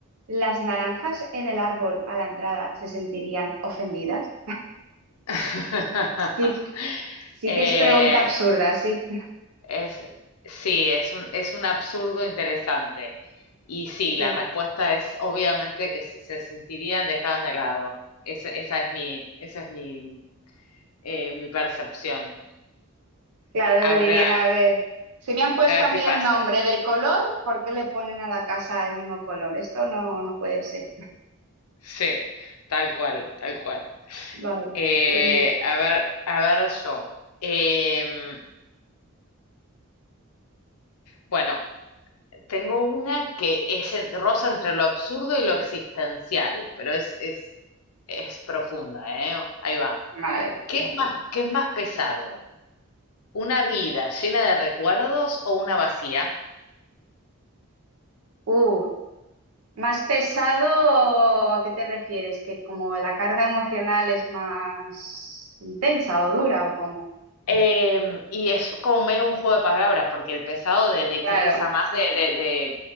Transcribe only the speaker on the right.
¿las naranjas en el árbol a la entrada se sentirían ofendidas?
Sí, sí
que es pregunta absurda, sí.
<laughs>
Claro,
lo dirían, a
ver, si me han puesto
a
mí
el nombre del color, ¿por qué le ponen a la casa el mismo color? Esto no, no puede ser.
Vale.
pues, no.
Vale.
Uh, más pesado, ¿a qué te refieres? ¿Que como la carga emocional es más intensa o dura o cómo?
Claro,